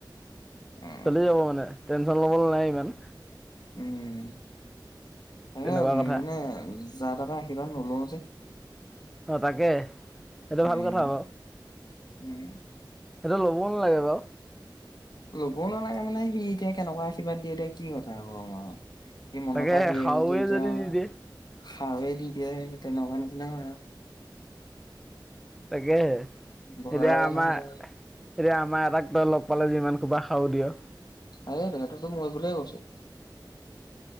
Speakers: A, on the left; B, in the centre.
A: অ
B: চলি যাব মানে টেনচন ল'বলে নাই ইমান।
A: উম, অ',
B: তেনেকুৱা কথা
A: মানে যা তাপা আশীৰ্বাদ নলও যে।
B: অ', তাকে। এইটো
A: উম
B: ভাল কথা আক
A: উম
B: সেইটো ল'বও নালাগে বাৰু।
A: ল'ব নালাগে মানে সি এতিয়া কেনেকুৱা আশীৰ্বাদ দিয়ে এতিয়া কি কথা কম আৰু। ই, মন
B: তাকে
A: পা দিয়ে
B: খাৰুৱে
A: যদি এতিয়া আও
B: দি দিয়ে
A: হাৱে দি দিয়ে তেনেকুৱা নিচিনা হয় আও।
B: তাকেহে
A: ভয়
B: এতিয়া
A: লাগে
B: আমাৰ
A: নহয় এতিয়া
B: এতিয়া আমাৰ এটাক তই লগ পালে যিমান হোপা হাও দিয়।
A: আৰে হেটোতো মৰিবলে কৈছো।